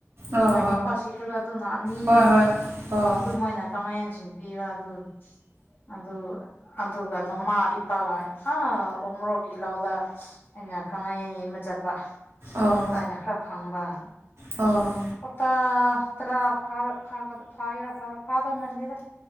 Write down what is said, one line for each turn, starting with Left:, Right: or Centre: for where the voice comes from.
Right: ꯑꯣ
Left: ꯃꯥꯏ ꯅꯨꯄꯥꯁꯤ ꯈꯔ ꯑꯗꯨꯅ ꯑꯅꯤ
Right: ꯍꯣꯏ ꯍꯣꯏ ꯍꯣꯏ ꯑꯣ
Left: ꯑꯗꯨꯃꯥꯏꯅ ꯀꯃꯦꯟꯁꯤꯡ ꯄꯤꯕ ꯑꯗꯨ ꯑꯗꯨ ꯑꯗꯨꯒ ꯅꯣꯡꯃꯥ ꯏꯄꯥꯒ ꯑꯥ ꯎꯃꯣꯔꯣꯛꯀꯤ ꯂꯧꯗ ꯑꯩꯅ ꯀꯪꯂꯥꯌꯦꯟ ꯌꯦꯡꯕ ꯆꯠꯄ
Right: ꯑꯣ
Left: ꯑꯗꯨ ꯑꯥꯏꯅ ꯈꯔ ꯐꯪꯕ ꯑ
Right: ꯑꯣ
Left: ꯑꯣ ꯇꯥ ꯇꯔꯥ ꯐꯥꯔꯣꯏ ꯐꯥꯒ ꯐꯥꯒꯦꯔ ꯐꯥꯗꯧ ꯃꯟꯗꯦꯗ